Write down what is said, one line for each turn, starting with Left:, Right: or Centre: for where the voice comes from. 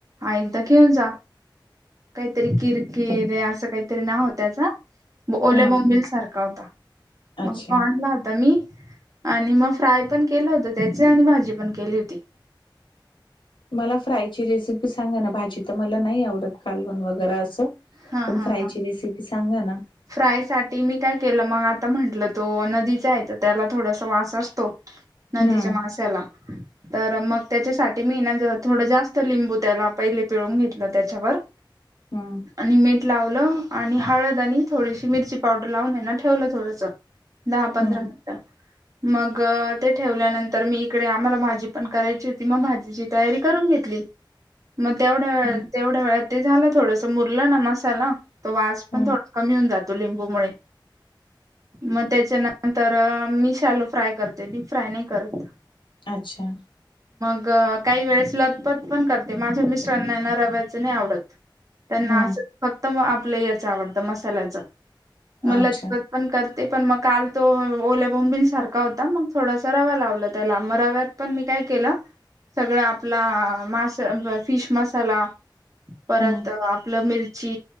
Right: आहे तर घेऊन जा. काहीतरी किरकिर हे असं काहीतरी नाव हो त्याच. ओले
Left: हम्म
Right: बोंबील
Left: हम्म.
Right: सारखा होता. मग
Left: अच्छा
Right: तो आणला होता मी. आणि मग फ्राय पण केलं होत त्याचे, आणि भाजी पण केली होती.
Left: मला फ्रायची रेसिपी सांगा ना. भाजी तर मला नाही आवडत. कालवण वगैरे असं.
Right: हा,
Left: पण
Right: हा,
Left: फ्रायची
Right: हा.
Left: रेसिपी सांगा ना
Right: फ्राय साठी मी काय केलं, मग आ आता म्हंटलं तो नदीचा आहे तर त्याला थोडासा वास असतो. नदीच्या
Left: हम्म
Right: माशाला. तर मग त्याच्यासाठी मी ना ज थोडं जास्त लिंबू त्याला पहिले पिळून घेतलं त्याच्यावर.
Left: हम्
Right: आणि मीठ लावलं आणि हळद आणि थोडीशी मिरची पावडर लावून यांना ठेवलं थोडस. दहा पंधरा
Left: हम्म
Right: मिनटं. मग ते ठेवल्यानंतर, मी इकडे आम्हाला भाजी पण करायची होती. मग भाजीची तयारी करून घेत मग तेवढ
Left: हम्म
Right: तेवढ्या वेळात ते झालं थोडस मुरलं ना मसाला. तो वास पण
Left: हम्म.
Right: थोडा कमी होऊन जातो, लिंबूमुळे. मग त्याच्यानंतर मी शालो फ्राय करते, डीप फ्राय नाही करत.
Left: अच्छा.
Right: अग काही वेळेस लतपत पण करते. माझ्या मिस्टरांना न रव्याचं नाही आवडत. त्यांना
Left: हम्म
Right: असं फक्त आपलं याच आवडतं, मसाल्याच. म लतपत
Left: अच्छा
Right: पण कर ते पण मग काल तो ओले बोंबिल सारखा होता, मग थोडासा रवा लावला त्याला म रव्यात पण मी काय केलं, केलं, सगळ आपला मास फिश मसाला परत
Left: हम्
Right: आपलं मिरची,